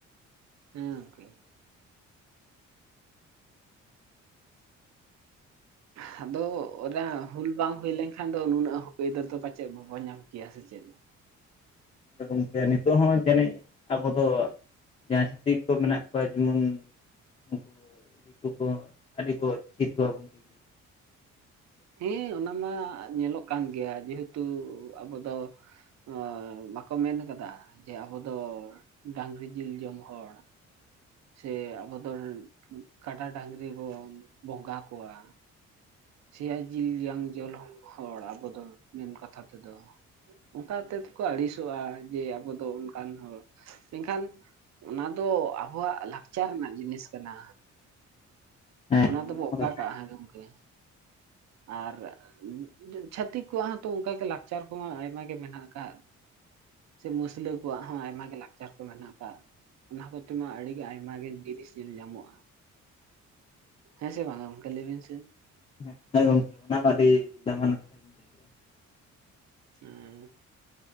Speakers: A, on the right (about 65°); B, on the left (about 20°).
A: ᱦᱩᱸᱻᱜᱚᱝᱠᱮ,
B: <inaudible>
A: ᱦᱟᱫᱚ ᱚᱱᱟ ᱦᱩᱹᱞ ᱵᱟᱝ ᱦᱩᱭ ᱞᱮᱱ ᱠᱷᱟᱝ ᱫᱚ ᱱᱩᱱᱟᱹᱜ ᱦᱚᱠ ᱟᱹᱭᱫᱟᱹᱨ ᱫᱚ ᱯᱟᱪᱮᱜ ᱵᱟᱵᱚᱱ ᱧᱟᱢ ᱠᱮᱭᱟ ᱥᱮ ᱪᱮᱫ?
B: <unintelligible> ᱜᱚᱝᱠᱮ ᱱᱤᱛᱚᱜ ᱦᱚᱸ ᱡᱟᱹᱱᱤᱡ ᱟᱵᱚ ᱫᱚ ᱡᱟᱦᱟᱸᱭ ᱪᱷᱟᱹᱛᱤᱠ ᱠᱚ ᱢᱮᱱᱟᱜ ᱠᱚᱣᱟ ᱡᱮᱢᱚᱱ ᱩᱱᱠᱩ <unintelligible> ᱫᱤᱠᱩ ᱠᱚ ᱟᱹᱰᱤ ᱠᱚ ᱪᱷᱤ‌ ᱛᱷᱩ ᱟᱵᱚᱱ ᱜᱮ
A: ᱦᱮᱸ ᱚᱱᱟ ᱢᱟ ᱧᱮᱞᱚᱜ ᱠᱟᱱ ᱜᱮᱭᱟ ᱡᱮ ᱦᱮᱛᱩ ᱟᱵᱚ ᱫᱚ ᱚᱻᱵᱟᱠᱚ ᱢᱮᱱ ᱟᱠᱟᱫᱟ ᱡᱮ, ᱟᱵᱚ ᱫᱚ ᱰᱟᱺᱜᱽᱨᱤ ᱡᱤᱞ ᱡᱚᱢ ᱦᱚᱲ ᱥᱮ ᱟᱵᱚ ᱫᱚᱞ <unintelligible> ᱠᱟᱰᱟ ᱰᱟᱺᱜᱽᱨᱤ ᱵᱚᱱ ᱵᱚᱸᱜᱟ ᱠᱚᱣᱟ, ᱥᱮᱭᱟ ᱡᱤᱞ ᱡᱟᱝ ᱡᱚᱞ <unintelligible> ᱦᱚᱲ ᱟᱵᱚ ᱫᱚ ᱢᱮᱱ ᱠᱟᱛᱷᱟ ᱛᱮᱫᱚ ᱚᱠᱟᱛᱮᱫ ᱠᱚ ᱟᱹᱲᱤᱥᱚᱜᱼᱟ ᱡᱮ ᱟᱵᱚ ᱫᱚ ᱚᱱᱠᱟᱱ ᱦᱚᱲ, ᱢᱮᱱᱠᱷᱟᱱ ᱚᱱᱟ ᱫᱚ ᱟᱵᱷᱚᱣᱟᱜ ᱞᱟᱠᱪᱟᱨ ᱨᱮᱱᱟᱜ ᱡᱤᱱᱤᱥ ᱠᱟᱱᱟ᱾
B: ᱦᱮᱸ
A: ᱚᱱᱟ ᱫᱚᱵᱚ
B: ᱢᱟ
A: ᱚᱠᱟ
B: ᱠᱟᱛᱷᱟ
A: ᱠᱟᱜᱼᱟ, ᱦᱮᱸ ᱜᱚᱝᱠᱮ? ᱟᱨ <unintelligible> ᱪᱷᱟᱹᱛᱤᱠ ᱠᱚᱣᱟᱜ ᱦᱚᱸᱛᱚ ᱚᱸᱠᱟ ᱜᱮ ᱞᱟᱠᱪᱟᱨ ᱠᱚᱢᱟ ᱟᱭᱢᱟ ᱜᱮ ᱢᱮᱱᱟᱜ ᱟᱠᱟᱫ, ᱥᱮ ᱢᱩᱥᱞᱟᱹ ᱠᱚᱣᱟᱜ ᱦᱚᱸ ᱟᱭᱢᱟ ᱜᱮ ᱞᱟᱠᱪᱟᱨ ᱠᱚ ᱢᱮᱱᱟᱜ ᱟᱠᱟᱜ᱾ ᱚᱱᱟᱦ ᱠᱚᱛᱮ‌ ᱢᱟ ᱟᱹᱰᱤ ‌ᱜᱮ ᱟᱭᱢᱟ ᱜᱮ ᱡᱤᱱᱤᱥ ᱧᱮᱞ ᱧᱟᱢᱚᱜᱼᱟ, ᱦᱮᱸ ᱥᱮ ᱵᱟᱝᱼᱟ ᱜᱚᱝᱠᱮ ᱞᱟᱹᱭ ᱵᱤᱱ ᱥᱮ?
B: <unintelligible> ᱦᱮᱸ ᱜᱚᱝᱠᱮ ᱚᱱᱟ ᱢᱟ ᱟᱹᱰᱤ ᱫᱟᱢᱟᱱ ᱠᱟᱛᱷᱟ ᱜᱮᱢ ᱞᱟᱹᱭ ᱠᱮᱫᱼᱟ
A: ᱦᱮᱸ ᱻ